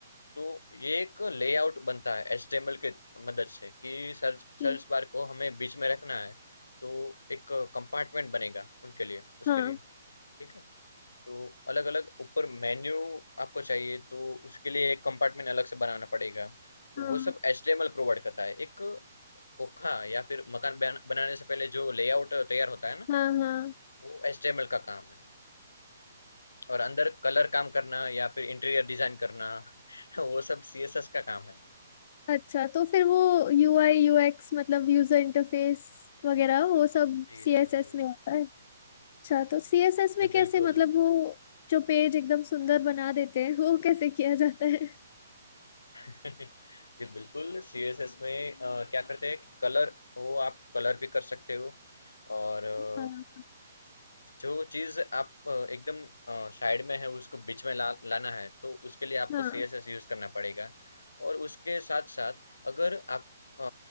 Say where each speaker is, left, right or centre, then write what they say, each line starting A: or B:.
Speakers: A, on the left (about 70°); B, on the left (about 40°).
A: तो ये एक लेआउट बनता है एचटीएमएल के मदद से कि सर्च
B: ठीक
A: सर्च बार को हमें बीच में रखना है तो एक कंपार्टमेंट बनेगा उनके लिए उसके
B: हाँ
A: लिए ठीक है तो अलग अलग ऊपर मेन्यू आपको चाहिए तो उसके लिए एक कंपार्टमेंट अलग से बनाना पड़ेगा तो
B: हाँ
A: वो सब एचटीएमएल प्रोवाइड करता है एक खोखा या फिर मकान बना- बनाने से पहले जो लेआउट तैयार होता है ना
B: हाँ हाँ
A: वो एचटीएमएल का काम है और अंदर कलर काम करना या फिर इंटीरियर डिजाइन करना <laughs> वो सब सीएसएस का काम है
B: अच्छा तो फिर वो यू आई यू एक्स मतलब यूजर इंटरफेस वगैरह वो सब
A: जी
B: सी
A: जी
B: एस
A: जी
B: एस में आता है अच्छा तो सी एस एस में
A: जी,
B: कैसे
A: बिल्कुल।
B: मतलब वो जो पेज एकदम सुंदर बना देते हैं <laughs> वो कैसे किया जाता है
A: <laughs> जी, बिल्कुल, सीएसएस में अ, क्या करते हैं कि कलर वो आप कलर भी कर सकते हो और अ,
B: हाँ
A: जो चीज़ आप अ, एकदम अ, साइड में है उसको बीच में ला लाना है तो उसके लिए आपको
B: हाँ
A: सीएसएस यूज़ करना पड़ेगा और उसके साथ-साथ अगर आप अ,